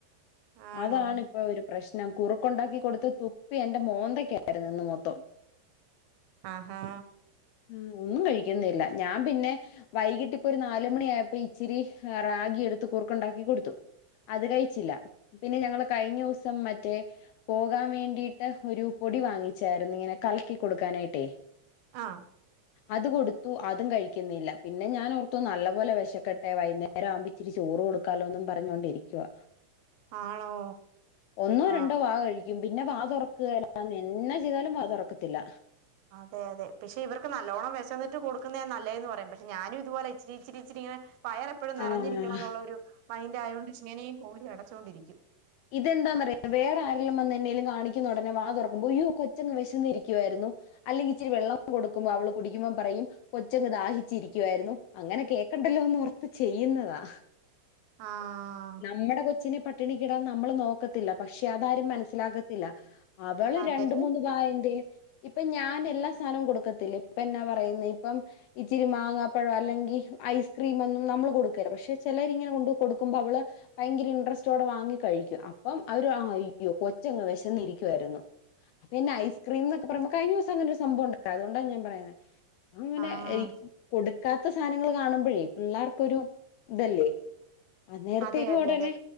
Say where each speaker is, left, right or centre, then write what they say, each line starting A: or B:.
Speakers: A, on the right; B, on the left.
A: ആണോ
B: അതാണ് ഇപ്പൊ ഒരു പ്രശ്നം കുറുക്കുണ്ടാക്കി കൊടുത്ത് തുപ്പി എൻ്റെ മോന്തക്കായിരുന്നു ഇന്ന് മൊത്തം
A: ആഹാ
B: ആഹ് ഒന്നും കഴിക്കുന്നില്ല ഞാൻ പിന്നെ വൈകിട്ട് ഇപ്പൊ ഒരു നാല് മണി ആയപ്പോ ഇച്ചിരി റാഗി എടുത്ത് കുറുക്കുണ്ടാക്കി കൊടുത്തു അത് കഴിച്ചില്ല പിന്നെ ഞങ്ങള് കഴിഞ്ഞ ദിവസം മറ്റേ പോകാൻ വേണ്ടിട്ട് ഒരു പൊടി വാങ്ങിച്ചാരുന്നു ഇങ്ങനെ കലക്കി കൊടുക്കാനായിട്ടേ
A: ആഹ്
B: അത് കൊടുത്തു അതും കഴിക്കുന്നില്ല പിന്നെ ഞാനോർത്തു നല്ല പോലെ വെശക്കെട്ടെ വൈകുന്നേരം ആവുമ്പം ഇച്ചിരി ചോറ് കൊടുക്കാലോന്നും പറഞ്ഞോണ്ടിരിക്കുവാ
A: ആണോ
B: ഒന്നോ
A: ആഹ്
B: രണ്ടോ വാ കഴിക്കും പിന്നെ വാ തുറക്കുകേലാന്നേ എന്നാ ചെയ് എന്ത് ചെയ്താലും വാ തൊറക്കത്തില്ല
A: അതെ അതെ പക്ഷെ ഇവർക്ക് നല്ലോണം വെശന്നിട്ട് കൊടുക്കുന്നയാ നല്ലേന്ന് പറയും പക് ഞാനും ഇത്പോലെ ഇച്ചരി ഇച്ചിരി ഇച്ചിരി ഇങ്ങനെ വയർ എപ്പോഴും നെറഞ്ഞിരിക്കണം
B: ആഹ്
A: എന്നുള്ളൊരു മൈൻഡ് ആയോണ്ട് ഇച്ചിനിയും കോരി അടച്ചോണ്ടിരിക്കും <unintelligible>
B: ഇതെന്താന്ന് അറിയോ വേറെ ആരെലും വന്ന് എന്നേലും കാണിക്കുന്ന ഒടനേ വാ തുറക്കുമ്പോ യോ കൊച്ചങ്ങ് വിശന്നിരിക്കുവായിരുന്നു അല്ലെങ്കി ഇച്ചിരി വെള്ളം കൊടുക്കുമ്പോ അവള് കുടിക്കുമ്പം പറയും കൊച്ചങ്ങ് ദാഹിച്ചിരിക്കുവായിരുന്നു അങ്ങനെ കേക്കണ്ടല്ലോ എന്ന് ഓർത്തു ചെയ്യുന്നതാ
A: ആഹ്
B: നമ്മടെ കൊച്ചിനെ പട്ടിണിക്കിടാൻ നമ്മള് നോക്കത്തില്ല പക്ഷെ അതാരും മനസ്സിലാത്തില്ല അവള്
A: അതെ
B: രണ്ടു മൂന്ന് ഭം എന്തേും ഇപ്പം ഞാൻ എല്ലാ സാധനവും കൊടുക്കത്തില്ല ഇപ്പം എന്നാ പറയുന്നത് ഇപ്പം ഇച്ചിരി മാങ്ങാപ്പഴം അല്ലെങ്കിൽ ഐസ്ക്രീമൊന്നും നമ്മൾ കൊടുക്കല്ല പക്ഷെ ചിലരിങ്ങനെ കൊണ്ട് കൊടുക്കുമ്പോ അവള് ഭയങ്കര ഇൻട്രസ്റ്റോടെ വാങ്ങി കഴിക്കും അപ്പം അവര് കൊച്ചങ്ങ് വിശന്ന് ഇരിക്കുവായിരുന്നു അപ്പന്നെ ഐസ്ക്രീം എന്നൊക്കെ പറയുമ്പോ കഴിഞ്ഞ ദിവസം അങ്ങനൊ ഒരു സംഭവം ഉണ്ടായി അതുകൊണ്ടാണ് ഞാൻ പറയുന്നത് അങ്ങനെ
A: ആഹ്
B: കൊടുക്കാൻ ക്കാത്ത സാധനങ്ങൾ കാണുമ്പോഴേ പിള്ളേർക്കൊരു ഇതല്ലേ അ നേരത്തേക്ക്
A: അതെ അതെ
B: ഉടനെ
A: അതെ